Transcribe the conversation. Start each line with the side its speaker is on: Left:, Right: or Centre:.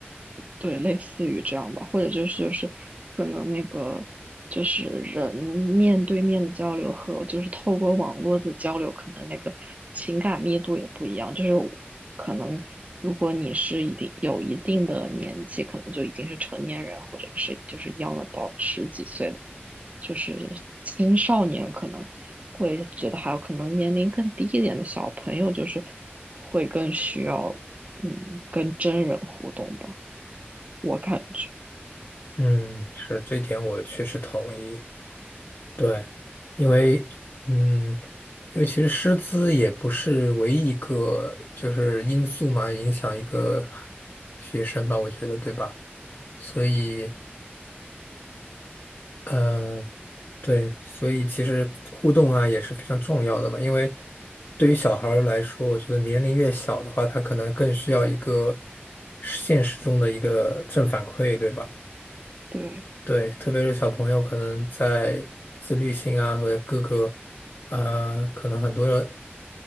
Right: 对，类似于这样吧，或者就是就是可能那个就是人面对面的交流和就是透过网络的交流，可能那个情感密度也不一样。就是可能如果你是一定有一定的年纪，可能就已经是成年人，或者是就是 young a d 十几岁的，就是青少年可能会觉得还有可能年龄更低一点的小朋友，就是会更需要嗯跟真人互动吧。我感觉，
Left: 嗯，是，这一点我确实同意。对，因为嗯，因为其实师资也不是唯一一个就是因素嘛，影响一个学生吧，我觉得，对吧？所以，嗯、对，所以其实互动啊也是非常重要的嘛，因为对于小孩儿来说，我觉得年龄越小的话，他可能更需要一个现实中的一个正反馈，对吧？
Right: 对
Left: 对，特别是小朋友，可能在自律性啊和各个，呃，可能很多的，